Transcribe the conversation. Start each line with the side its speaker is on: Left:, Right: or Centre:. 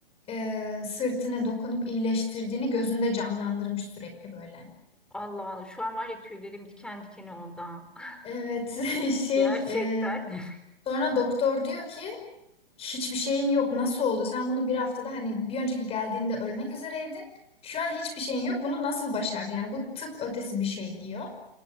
Left: e, sırtına dokunup iyileştirdiğini gözünde canlandırmış sürekli böyle.
Centre: Allah Allah. Şu an var ya tüylerim diken diken oldu. ha. <laughs>
Left: Evet <laughs> şey
Centre: Gerçekten.
Left: e,
Centre: <laughs>
Left: sonra doktor diyor ki Hiçbir şeyin yok. Nasıl oldu? Sen bunu bir haftada hani bir önceki geldiğinde ölmek üzereydin. Şu an hiçbir şeyin yok. Bunu nasıl başardın? Yani bu tıp ötesi bir şey diyor.